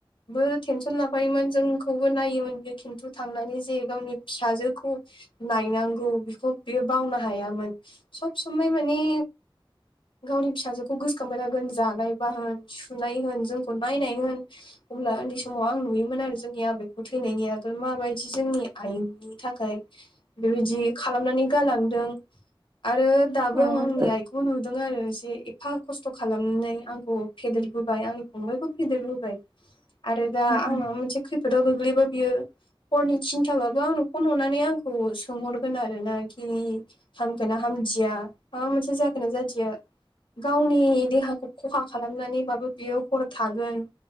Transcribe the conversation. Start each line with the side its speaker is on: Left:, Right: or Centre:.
Left: बो टेनसन लाफायोमोन जोंखौबो नायोमोन बे खिन्थु थांनानै जे गावनि फिसाजोखौ नायनांगौ बिखौ बियो बावनो हायामोन सब समाय माने गावनि फिसाजोखौ गोसोखांबाय थागोन जानायबा होन सुनाय होन जोंखौ नायनाय होन अब्ला उन्दै समाव आं नुयोमोन आरो जोंनि आबैखौ थैनायनि आगोल माबायदि जोंनि आइनि थाखाय बेबिदि खालामनानै गालांदों आरो दाबो
Right: औ
Left: आं
Right: उम
Left: आंनि आइखौबो नु दों आरो इसे एफा खस्थ' खालामनै आंखौ फेदेरबोबाय आंनि फंबायबो फेदेरबोबाय आरो दा आं
Right: उम
Left: माबा मोनसे खैफोदाव गोग्लैबा बियो हरनि थिनथाबाबो आंनो फन हरनानै आंखौ सोंहरगोन आरो ना खि हामगोना हामदिया माबा मोनसे जागोन ना जादिया गावनि देहाखौ खखा खालामनानैबाबो बियो हर थागोन